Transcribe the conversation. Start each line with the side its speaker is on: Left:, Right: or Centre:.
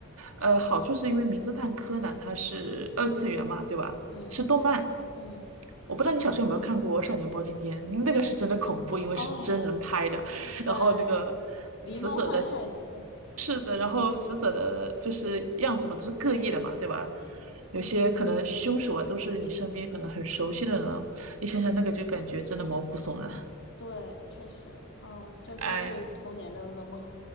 Right: 呃，好处是因为《名侦探柯南》它是二次元嘛，对吧？
Left: 嗯
Right: 是动漫。
Left: 嗯，
Right: 我不知道你小时候有没有看过《少年包青天》，那个是真的恐怖，因为是真人拍的，
Left: 哦，对，
Right: 然后那个死者的
Left: 狸猫换太子，
Right: 是的，然后死者的就是样子嘛，都是各异的嘛，对吧？有些可能凶手啊，都是你身边可能很熟悉的人啊，你想想那个就感觉真的毛骨悚然。
Left: 对，确实，哦，这都是童年的噩梦。
Right: 哎